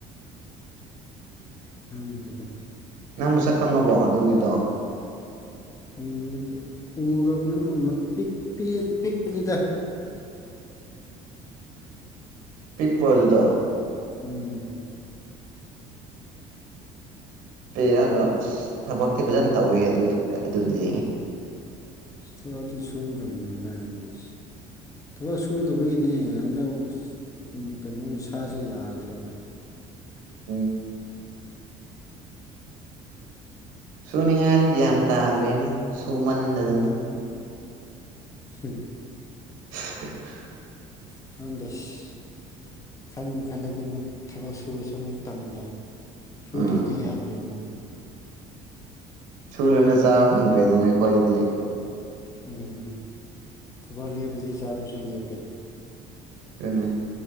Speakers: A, on the left; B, on the right.
A: ꯈꯪꯗ꯭ꯔ‌ꯦꯗ
B: ꯅꯪ ꯃꯁꯛ ꯈꯪꯉꯕꯣ ꯑꯗꯨꯒꯤꯗꯣ
A: ꯎꯔ‌ꯦꯗ ꯎꯔꯕꯅ‌ꯦ ꯑꯃ ꯄꯤꯛ ꯄꯤꯛ ꯄꯤꯛꯄꯅ‌ꯦꯗ
B: ꯄꯤꯛꯄ꯭ꯔꯣ ꯑꯗꯨꯗꯣ
A: ꯎꯝ
B: ꯄꯤꯛꯑꯒ ꯑꯁ ꯊꯕꯛꯇꯤ ꯐꯖꯅ ꯇꯧꯋꯦꯍ‌ꯦ ꯑꯗꯨ ꯑꯗꯨꯗꯤ
A: ꯊꯕꯛꯇꯤ ꯁꯨꯗꯕꯅꯦ ꯑꯗꯥꯏꯗꯒꯤ ꯊꯕꯛ ꯁꯨꯗꯕꯒꯤꯅꯦ ꯍꯟꯗꯛ ꯑꯁ ꯀꯩꯅꯣ ꯏꯁꯥꯁꯦ ꯌꯥꯗ꯭ꯔꯦꯕ
B: ꯎꯝ ꯁꯨꯅꯤꯡꯉꯥꯏ ꯒ꯭ꯌꯥꯟ ꯇꯥꯗ꯭ꯔꯦꯅꯦ ꯁꯨꯃꯟꯗꯗꯅ
A: ꯍꯝ
B: <unintelligible>
A: ꯑꯟꯗꯁ ꯈꯟꯕꯨ ꯈꯜꯂꯗꯤ ꯑꯃꯨꯛ ꯊꯕꯛ ꯁꯨꯨꯕꯁꯨ ꯑꯃꯨꯛ ꯇꯜꯂꯦ ꯁꯨꯗ꯭ꯔꯗꯤ
B: ꯎꯝ
A: ꯌꯥꯗꯦ ꯃꯨꯛ
B: ꯁꯨꯗꯅ ꯆꯥꯕ ꯐꯪꯗ꯭ꯔꯦꯗꯅ ꯑꯩꯈꯣꯏꯗꯗꯤ
A: ꯑꯗꯨꯅꯤ ꯊꯕꯛ ꯂꯦꯞꯕꯗꯤ ꯆꯥꯕꯁꯨ ꯂꯦꯞꯄꯦ
B: ꯗꯨꯅ‌ꯦ